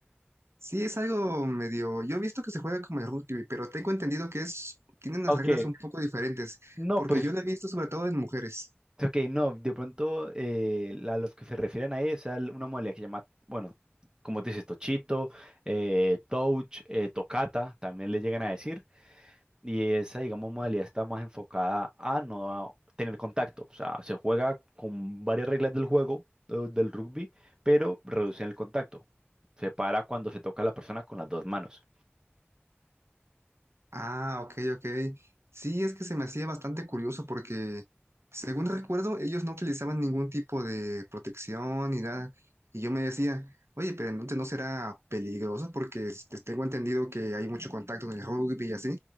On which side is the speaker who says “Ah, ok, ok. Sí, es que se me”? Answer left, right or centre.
Right